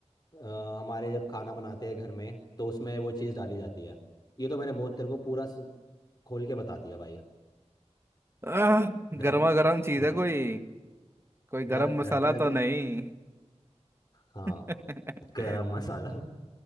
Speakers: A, on the left; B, on the right.
A: अ, हमारे जब खाना बनाते हैं घर में तो उसमें वो चीज डाली जाती है ये तो मैंने बहुत तेरे को पूरा स- खोल के बता दिया भाई
B: आह,
A: घर
B: गर्मा
A: में
B: गर्म चीज
A: घर
B: है कोई कोई
A: घर
B: गरम मसाला
A: घर में
B: तो
A: जो
B: नहीं
A: हाँ
B: <laughs>
A: गरम मसाला